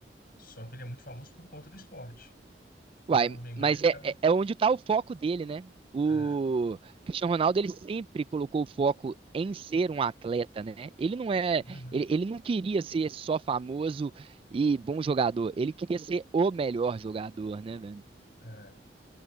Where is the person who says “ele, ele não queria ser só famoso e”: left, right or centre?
Right